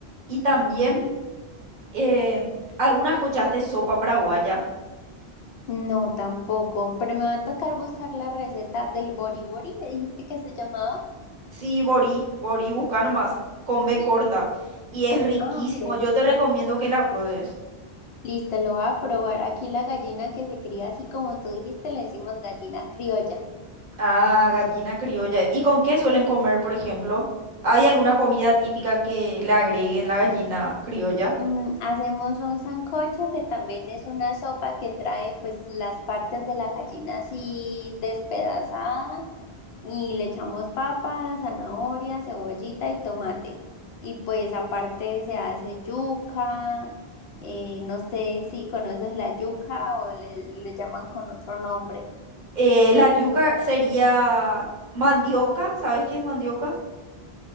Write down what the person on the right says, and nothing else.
Y también,
eh, ¿alguna escuchaste sopa paraguaya?
Sí, Borí, Borí, busca nomás, con B
corta. Y es riquísimo,
yo te recomiendo que la pruebes.
Ah, gallina criolla. ¿Y con qué suelen comer, por ejemplo? ¿Hay alguna comida típica que le agreguen la gallina criolla?
Eh, la yuca sería mandioca, ¿sabes qué es mandioca?